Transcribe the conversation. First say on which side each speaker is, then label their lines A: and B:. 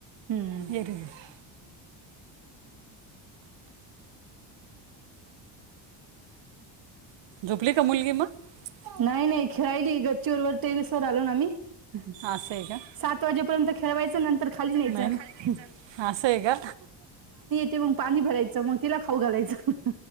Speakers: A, on the right (about 45°); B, on the right (about 65°).
A: हम्म
B: जर <unintelligible> झोपली का मुलगी मग <unintelligible>
A: नाही नाही खेळाली गच्चीवरवरर टेरिस वर आलो ना आम्ही <unintelligible>
B: असं आहे का
A: सात वाजेपर्यंत खेळवायचं नंतर खाली न्यायचं
B: नाही ना असं आहे का
A: ते मग पाणी भरायचं मग तिला खाऊ घालायचं